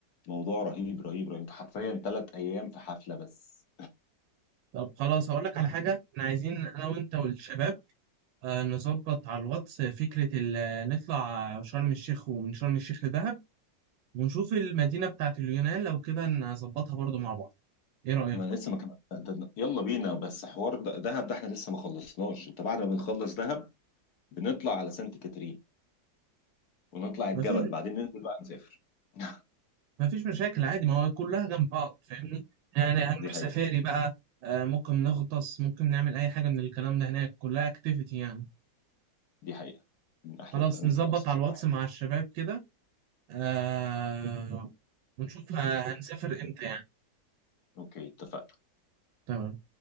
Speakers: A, on the left; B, on the right.
A: موضوع رهيب رهيب رهيب انت حرفيا ثلاث ايام في حفله بس
B: طب خلاص أقول لك على حاجة احنا عايزين أنا وأنت والشباب آه، نظبط على الواتس فكرة ال- نطلع شرم الشيخ ومن شرم الشيخ لدهب ونشوف المدينة بتاعت اليونان لو كده نظبطها برضو مع بعض ايه رأيك؟
A: ما انا لسه ما كمان ده- ده- يلا بينا بس حوار ده- دهب ده احنا لسه ما خلصناش انت بعد ما بنخلص دهب بنطلع على سانت كاترين ونطلع الجبل
B: مفيش
A: بعدين ننزل بقى نسافر <laughs>
B: مفيش مشاكل عادي ما هو كلها جنب بعض فاهمني؟ يعني هنروح
A: دي حقيقة
B: سفاري بقى آه، ممكن نغطس ممكن نعمل أي حاجة من الكلام ده هناك كلها اكتيفيتي يعني
A: دي حقيقة من احلى
B: خلاص
A: الاماكن
B: نظبط
A: اصلا
B: على الواتس
A: الواحد
B: مع الشباب كده آه ونشوف ه- هنسافر امتى يعني
A: اوكي اتفقنا
B: تمام